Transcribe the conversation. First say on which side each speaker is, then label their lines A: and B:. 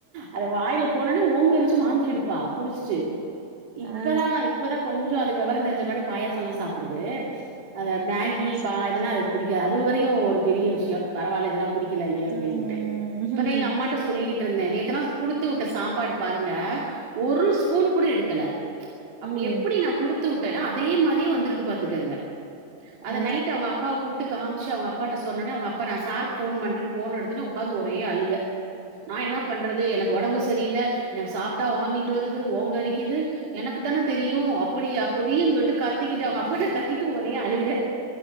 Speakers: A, on the right; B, on the right.
A: அத வாயில போனனே ஓங்கரு <unintelligible> வாந்தியேடுப்பா குடிச்சிட்டு இப்பதாமா
B: ஆ ஆ
A: இப்பதா கொஞ்ச அதுக் விவர தெரிஞ்ச பின்னாடி பாயாசல்லா சாப்பிடுது அது மேகி
B: சேரி சேரி
A: பா இதெல்லா பிடிக்காது அதுவரையு ஒரு பெரிய விஷ்யோ பரவால்ல இதல்லா புடிக் கில அய்யே அப்படின்ட்டு
B: ம்
A: இப்பதா எங்க அம்மாட்ட சொல்லி ட்ருந்தே நேத்துனா குடுத்துவுட்ட சாப்பாடு பாருங்க ஒரு ஸ்பூன் கூட எடுக்கல அப்டி
B: ம்
A: எப்டி நா குடுத்து உட் டனா அதே மாதிரியே வந்தருக்கு பாத்துக்கங்க அத
B: ஆ
A: நைட்டு அவங்க அப்பாவ கூப்ட்டு காம்ச்சு அவுங்க அப்பாட்ட சொன்னோன்னே அவுங்க அப்பா சாரு ஃபோன் பண்றேனு போன் எடுத்துடனே ஒக்காந்து ஒரே அழுகை நா என்னா பண்றது எனக்கு ஒடம்பு செரியில்ல எனக்கு சாப்ட்டா வாமிட் வருது ஓங்கரிக்கிது எனக்குதானே தெரியு அப்டி அப்டிஞ் சொல்ட்டு கத்திகிட்டு அவுங்க அப்பாட்ட கத்திட்டு ஒரே அழுக